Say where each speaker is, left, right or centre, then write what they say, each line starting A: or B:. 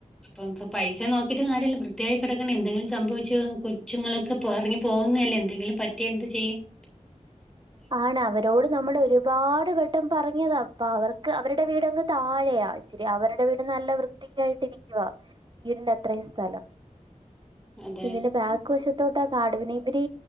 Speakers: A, in the centre; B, on the right (about 35°).
A: അപ്പ പൈസ നോക്കി കാര്യം ഇല്ല വൃത്തിയായി കിടക്കണ്ടേ എന്തങ്കിലും സംഭവിച്ചു കൊച്ചുങ്ങളൊക്കെ- പൊ എറങ്ങി പോകുന്നല്ലേ? എന്തെങ്കിലും പറ്റി എന്ത് ചെയ്യും -
B: ആണ് അവരോട് നമ്മള് ഒരുപാട് വെട്ടം പറഞ്ഞതാ. അപ്പൊ അവർക്ക് അവരുടെ വീടങ് താഴെയാ ഇച്ചിരി അവരുടെ വീട് നല്ല വൃത്തിക്കായിട്ട് ഇരിക്കുവ വീടിന്റെ അത്രയും സ്ഥലം.
A: അതെ
B: ഇതിന്റെ ബാക്ക് വശത്തോട്ട് ആ കാടു പിന്നെ ഈ അവര്